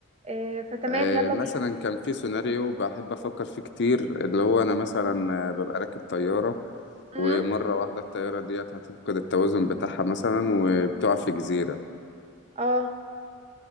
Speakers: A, on the right (about 30°); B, on the left (about 55°).
A: آه فتمام
B: آه،
A: يلا
B: مثلا
A: بينا
B: كان في سيناريو بحب افكر فيه كتير اللي هو انا مثلا آه، ببقى راكب طيارة ومرة
A: امم
B: واحدة الطيارة ديت هتفقد التوازن بتاعها مثلا وبتقع في جزيرة
A: اه